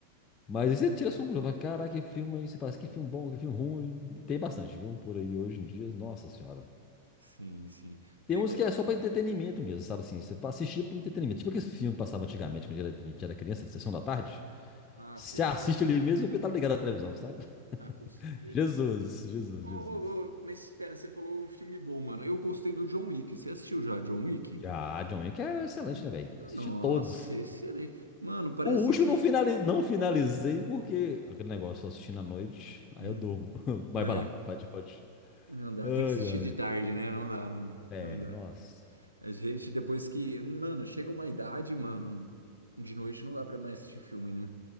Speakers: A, on the left (about 25°); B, on the right (about 90°).
A: Mas aí você tira a sua fala, caraca, que filme aí, você fala, assim, que filme bom, que filme ruim. E tem bastante, viu? Por aí hoje em dia, nossa senhora.
B: Sim, sim.
A: Tem
B: Tem
A: uns
B: que tomar.
A: que é só pra entretenimento mesmo, sabe assim? Você vai assistir por entretenimento. Tipo aqueles filmes que passavam antigamente, quando a gente era a gente era criança, de sessão da tarde.
B: Ah,
A: Você
B: sei,
A: assiste
B: sei, sei.
A: ali mesmo porque tá ligado à televisão, sabe?
B: Ah, com certeza.
A: <laughs> Jesus, Jesus,
B: Ô,
A: Jesus.
B: ô, ô, mas espera, você falou um filme bom, mano. Eu gostei do John Wick. Você assistiu já John Wick?
A: Já, John Wick é excelente,
B: Hum,
A: né, velho? Assisti
B: Nossa,
A: todos.
B: excelente. Mano, parece
A: O último
B: que.
A: eu não, finali- não finalizei porque aquele negócio, só assistindo à noite, aí
B: Hum.
A: eu durmo. <laughs> Vai
B: É,
A: pra lá, pode, pode.
B: não dá.
A: Ai,
B: Tem que assistir
A: ai.
B: de tarde, né? Não dá, mano.
A: É,
B: Não dá.
A: nossa.
B: A gente, depois que. Mano, chega uma idade, mano. De noite não dá pra mais assistir filme, né?